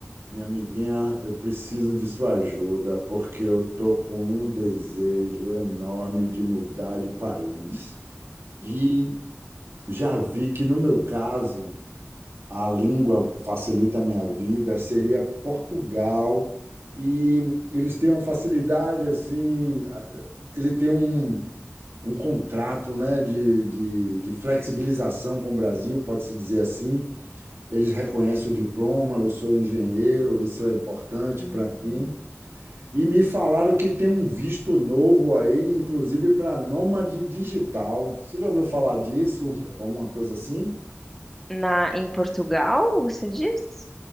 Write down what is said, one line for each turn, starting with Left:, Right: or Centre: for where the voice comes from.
Right: Minha amiguinha, eu preciso de sua ajuda porque eu tô com um desejo enorme de mudar de país. E já vi que no meu caso, a língua facilita a minha vida, seria Portugal. E eles têm uma facilidade assim, ele tem um, um contrato, né, de, de, de flexibilização com o Brasil, pode-se dizer assim Eles reconhecem o diploma, eu sou engenheiro, isso é importante
Centre: Uhum.
Right: para mim. E me falaram que tem um visto novo aí, inclusive para nômade digital. Você já ouviu falar disso? um, Alguma coisa assim?
Centre: Na, em Portugal, você diz?